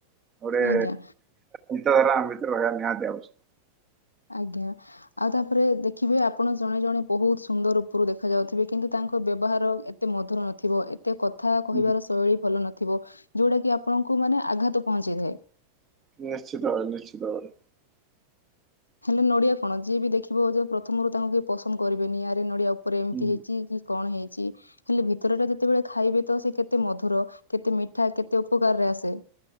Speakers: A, on the right; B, on the left.
A: ଗୋଟେ
B: ଆଜ୍ଞା
A: ଭିତ ହେଲା ଆମ ଭିତରେ ରହିବା ନିହାତି ଆବଶ୍ୟକ।
B: ଆଜ୍ଞା ଆଉ ତାପରେ ଦେଖିବେ ଆପଣ ଜଣେ ଜଣେ ବହୁତ ସୁନ୍ଦର ଉପରୁ ଦେଖା ଯାଉଥିବେ କିନ୍ତୁ ତାଙ୍କ ବ୍ୟ ବହାର ଏତେ ମଧୁର ନଥିବ ଏ ତେ କଥା କହିବାର
A: ହୁଁ।
B: ଶୈଳୀ ଭଲ ନଥିବ, ଯୋଉଟା କି ଆପଣଙ୍କୁ ମାନେ ଆଘାତ ପହଞ୍ଚେଇଥାଏ।
A: ନିଶ୍ଚିତ ଭାବରେ ନିଶ୍ଚିତ ଭାବରେ।
B: ହେଲେ ନଡିଆ କଣ ଯିଏ ବି ଦେଖିବ ଯେ ପ୍ରଥମରୁ ତାଙ୍କୁ କେହି ପସନ୍ଦ କରିବେନି ଆରେ ନଡିଆ ଉ ଉପରେ ଏମିତି
A: ହୁଁ
B: ହେଇଛି କି କଣ ହେଇଛି, ହେଲେ ଭିତର ଟା ଯେତେବେଳେ ଖାଇବେ ତ ସେ କେତେ ମଧୁର, କେତେ ମିଠା, କେତେ ଉପକାରରେ ଆସେ।